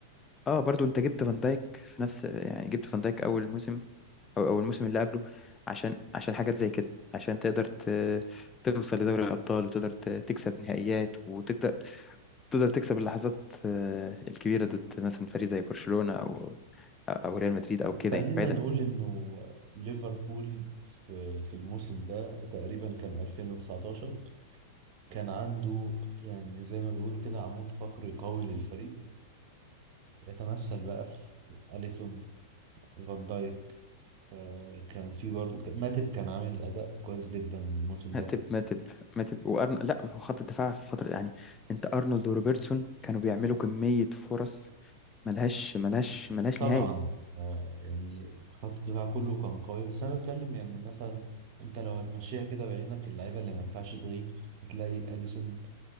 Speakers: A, on the left (about 20°); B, on the right (about 40°).
A: اه برضو انت جبت فان دايك في نفس يعني جبت فان دايك اول موسم او اول موسم اللي قبله عشان عشان حاجات زي كده عشان تقدر ت- توصل لدوري الابطال وتقدر ت- تكسب نهائيات وتقدر تقدر تكسب اللحظات آه، الكبيرة ضد مثلا فريق زي برشلونة أو أو ريال مدريد أو كده
B: خلينا
A: يعني بعيدا
B: نقول إنه ليفربول في في الموسم ده تقريبا كان 2019 كان عنده يعني زي ما بيقولوا كده عمود فقري قوي للفريق يتمثل بقى في أليسون فان دايك آه، كان في برضه ماتب كان عامل أداء كويس جدا الموسم ده
A: ماتب ماتب ماتب وأرن... لا هو خط الدفاع في الفترة دي، يعني أنت أرنولد وروبرتسون كانوا بيعملوا كمية فرص ملهاش ملهاش ملهاش
B: طبعا
A: نهاية
B: آه، يعني خط الدفاع كله كان قوي بس أنا بتكلم يعني مثلا أنت لو هتمشيها كده بعينك اللعيبة اللي ما ينفعش تغيب هتلاقي أليسون